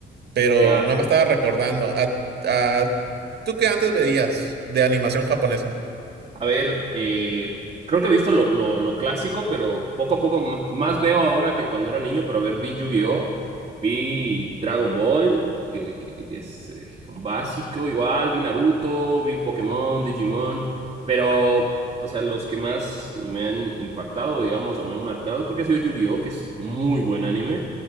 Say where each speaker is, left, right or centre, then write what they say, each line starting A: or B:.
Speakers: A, on the right; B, on the right.
A: pero
B: Ya
A: no me estaba recordando. Ah, ah, ¿tú qué antes veías de animación japonesa?
B: A ver, eh, creo que he visto lo, lo, lo clásico, pero poco a poco ma- más veo ahora que cuando era niño, pero a ver, vi Yu-Gi-Oh, vi Dragon Ball, que, que, que es eh, un básico igual, vi Naruto, vi Pokémon, Digimon, pero, o sea, los que más me han impactado, digamos, o me han marcado, creo que ha sido Yu-Gi-Oh, que es muy buen anime.